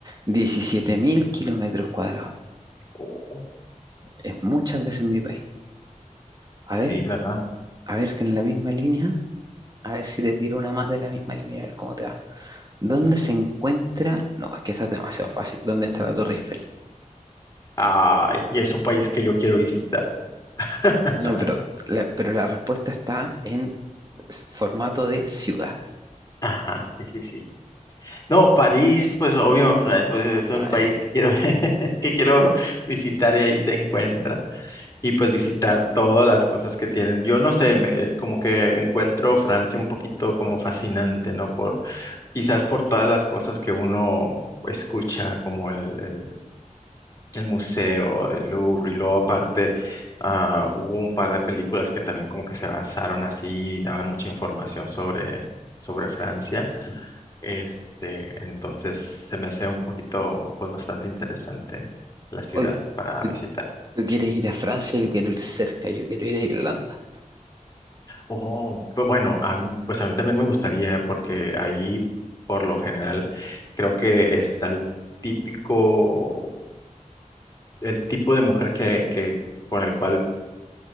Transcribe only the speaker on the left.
sí.
Oh,
sí, ¿verdad?
Ujú.
Ay, y es un país que yo quiero visitar. <laughs>
Ajá, sí, sí, sí. No, París, pues obvio, la- pues es un
país
que quiero, <laughs> que quiero visitar y ahí se encuentra. Y pues visitar todas las cosas que tienen. Yo no sé, me- como que encuentro Francia un poquito como fascinante, ¿no? Por, quizás por todas las cosas que uno escucha, como el, el, el Museo del Louvre, y luego aparte, ah, hubo un par de películas que también como que se basaron así y daban mucha información sobre, sobre Francia. Este, entonces se me hace un poquito, pues bastante interesante la ciudad
para
visitar.
Oh, pues bueno, a mí- pues a mí también me gustaría porque ahí, por lo general, creo que está el típico, el tipo de mujer que, que con el cual